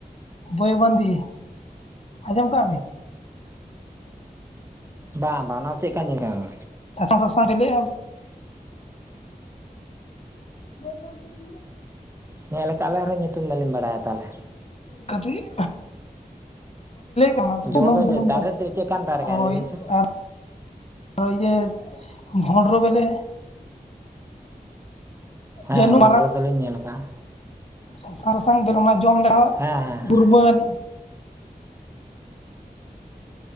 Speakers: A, on the left (about 45°); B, on the right (about 15°).
A: ᱵᱳᱭ ᱵᱟᱸᱫᱤ ᱦᱟᱡᱚᱢ ᱠᱟᱜᱼᱟ ᱵᱤᱱ?
B: ᱵᱟᱸ-ᱵᱟᱸ ᱱᱟ ᱪᱮᱜ ᱠᱟ ᱧᱮᱦᱚ?
A: ᱥᱟᱥᱟᱝ-ᱥᱟᱥᱟᱝ ᱰᱮᱞᱤᱭᱟ <inaudible>
B: ᱧᱮᱞ ᱠᱟᱜ ᱞᱮ ᱨᱮᱦᱚᱸ ᱧᱩᱛᱩᱢ ᱵᱟᱹᱞᱤᱧ ᱵᱟᱲᱟᱭᱟ ᱛᱟᱦᱞᱮ᱾
A: ᱠᱟᱴᱤᱜ <inaudible>
B: ᱡᱚ ᱫᱚ ᱫᱟᱨᱮ ᱛᱮ ᱪᱮᱫᱠᱟᱱ ᱫᱟᱨᱮ ᱠᱟᱱᱟ
A: ᱦᱳᱭ
B: ᱞᱟᱹᱭ ᱵᱮᱱ ᱥᱮ
A: ᱟᱨ ᱚ ᱤᱭᱟᱹ ᱵᱷᱳᱸᱰᱨᱳ ᱵᱮᱞᱮ
B: ᱦᱮᱸ,
A: ᱡᱟᱹᱱᱩᱢ
B: ᱵᱳᱸᱰᱨᱳ ᱫᱚ ᱞᱤᱧ ᱧᱮᱞ ᱠᱟᱜᱼᱟ᱾
A: ᱥᱟᱥᱟᱝ-ᱥᱟᱥᱟᱝ ᱵᱮᱞᱢᱟ ᱡᱚᱢ ᱞᱮᱦᱚᱸ
B: ᱦᱮᱸ ᱦᱮᱸ
A: ᱜᱩᱨᱢᱟᱹᱱ
B: ᱦᱮᱸ